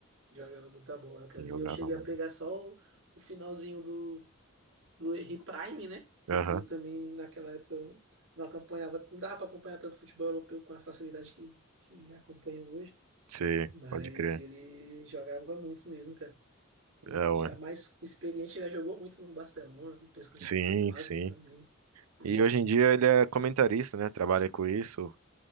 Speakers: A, on the right; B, on the right.
A: Jogava muita bola, cara.
B: Ele Jogava
A: E eu cheguei
B: muito.
A: a pegar só o, o finalzinho do, do Henry Prime, né? Porque
B: Aham.
A: também naquela época eu não acompanhava, não dava para acompanhar tanto futebol europeu com a facilidade que, que acompanho hoje.
B: Sim,
A: Mas
B: pode crer.
A: ele jogava muito mesmo, cara. Ele
B: É, ué.
A: já mais experiente, já jogou muito no Barcelona, depois quando voltou
B: Sim,
A: pro Arsenal
B: sim.
A: também. Jogou
B: E hoje
A: muito.
B: em dia ele é comentarista, né? Trabalha com isso,